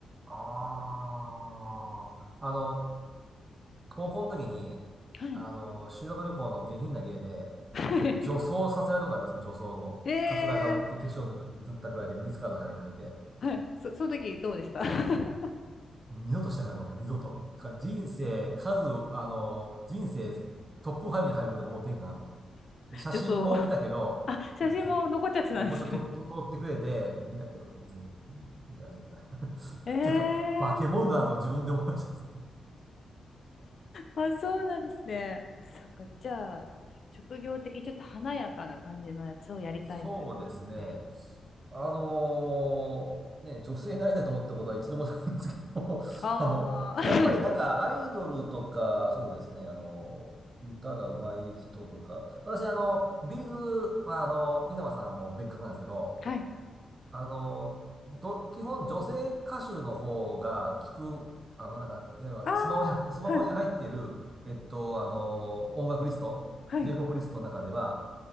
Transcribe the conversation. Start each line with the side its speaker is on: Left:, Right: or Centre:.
Right: あ、ああ、あの、高校の時に、
Left: はい。
Right: あの、修学旅行の下品な芸で、
Left: <laughs>
Right: 女装させられたことありますね、女装を。
Left: え
Right: カツラ被って、
Left: ー
Right: 化粧塗ったくらいでミニスカート履いて、
Left: はい。そ、その時どうでした <laughs>
Right: もう二度としたくないと思いました、二度と。だから人生、数、あの、人生トップ5に入るぐらいの汚点かなと。で写真も見たけど、
Left: 女装。あ、写真も残っちゃってたんですね。
Right: ぜ、もうちょっととと撮ってくれて、見たけど、絶対じゃねえだよな。<laughs>
Left: <laughs> えー
Right: というか、化け物だなと自分で思いましたね
Left: あ、そうなんですね。そっか、じゃあ、職業的にちょっと華やかな感じのやつをやりたいみたいな感じですかね。
Right: そうですね。あのーね、女性になりたいと思ったことは一度もないんですけど、<laughs>
Left: ああ、
Right: あの、やっぱりなんかアイドルとか、
Left: <laughs>
Right: そうですね、あの、歌が上手い人とか、私あの、ビーズはあの、稲葉さんも別格なんですけど、
Left: はい。
Right: あの、ど、基本女性歌手の方が聞く、あの、なんか、いわゆるスマホに、
Left: ああ、
Right: スマホに入ってる、
Left: はい、
Right: えっと、あの、音楽リスト、
Left: はい。
Right: J-POP リストの中では、